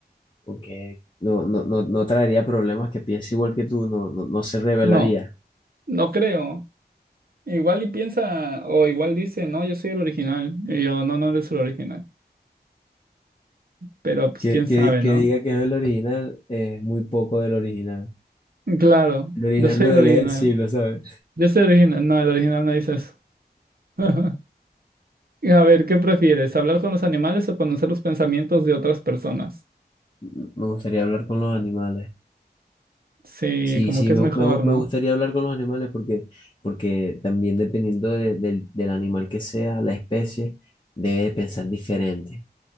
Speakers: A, on the left; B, on the right.
A: Porque no, no, no, no traería problemas que piense igual que tú, no, no, no se rebelaría.
B: No, no creo. Igual y piensa, o igual dice, no, yo soy el original. Y yo, no, no eres el original. Pero pues
A: Que,
B: quién
A: que,
B: sabe,
A: que
B: ¿no?
A: diga que no es el original es muy poco del original.
B: Claro,
A: El original
B: yo soy
A: no debería
B: el original.
A: decirlo, ¿sabes?
B: Yo soy el original. No, el original no dice eso. <laughs> A ver, ¿qué prefieres? ¿Hablar con los animales o conocer los pensamientos de otras personas?
A: Me gustaría hablar con los animales.
B: Sí,
A: Sí,
B: como
A: sí,
B: que
A: me,
B: es mejor,
A: me, gu- me
B: ¿no?
A: gustaría hablar con los animales porque, porque también dependiendo de- del, del animal que sea, la especie, debe pensar diferente.